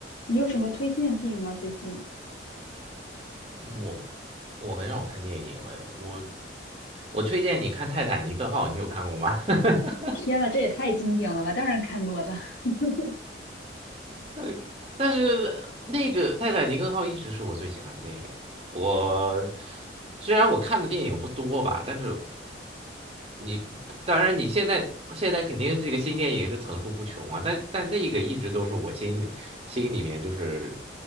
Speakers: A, on the left (about 75°); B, on the right (about 35°).
A: 你有什么推荐的电影吗？最近？
B: 我我很少看电影哎，我我推荐你看《泰坦尼克号》，你有看过吗？<laughs>
A: 天呐，这也太经典了吧！当然看过了，<laughs>
B: 嗯，但是那个《泰坦尼克号》一直是我最喜欢的电影。我虽然我看的电影不多吧，但是你当然你现在现在肯定这个新电影是层出不穷啊，但但那个一直都是我心里心里面就是